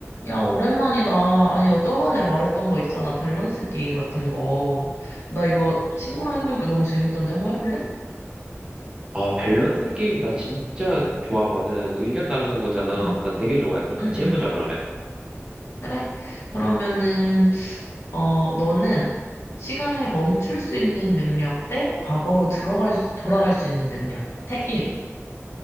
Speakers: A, on the left; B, on the right.
A: 야, 오랜만이다. 아니, 나 저번에 말했던 거 있잖아. 밸런스 게임 같은 거. 나 이거 친구랑 해보니까 너무 재밌던데. 한번 해볼래?
B: 아, 밸런스 게임 나 진짜 좋아하거든. 의견 나누는 거잖아.
A: 응, 응,
B: 나 되게 좋아해. 그걸 같이
A: 응,
B: 해보자,
A: 응.
B: 그러면.
A: 그래? 그러면은, 어, 너는 시간을 멈출 수 있는 능력 대 과거로 들어갈 수, 돌아갈 수 있는 능력. 택 1.